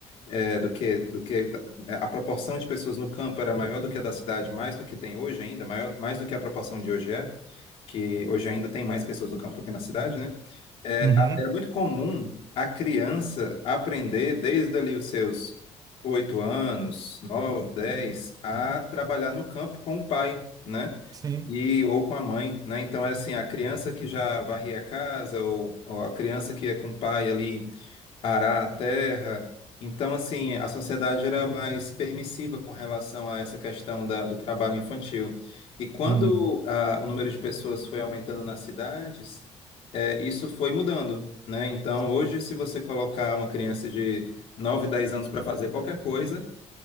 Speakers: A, on the left (about 55°); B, on the right (about 30°).
A: é, do que, do que é, a proporção de pessoas no campo era maior do que a da cidade, mais do que tem hoje ainda, maior, mais do que a proporção de hoje é, que hoje ainda tem mais pessoas no campo do que na cidade, né? É,
B: Uhum.
A: a- era muito comum a criança aprender desde ali os seus oito anos, nove, dez, a trabalhar no campo com o pai, né?
B: Sim.
A: E, ou com a mãe, né? Então, era assim, a criança que já varria a casa, ou, ou a criança que ia com o pai ali arar a terra. Então, assim, a sociedade era mais permissiva com relação a essa questão da, do trabalho infantil. E quando
B: Uhum.
A: ah, o número de pessoas foi aumentando nas cidades, eh, isso foi mudando, né? Então,
B: Sim.
A: hoje, se você colocar uma criança de 9 10 anos para fazer qualquer coisa,